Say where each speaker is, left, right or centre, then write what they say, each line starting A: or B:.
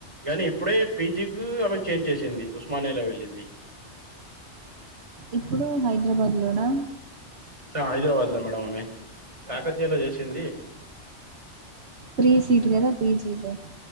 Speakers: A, on the right; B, on the right.
A: కానీ ఇప్పుడే పీజి ఉ ఆమె చేంజ్ చేసింది. ఉస్మానియాలా వెళ్ళింది
B: ఇప్పుడు హైదరాబాద్లోనా
A: ఆ అయి ద మేడం ఆమె కాకతీయలో జేసింది
B: ఫ్రీ సీట్ గదా పీజీలో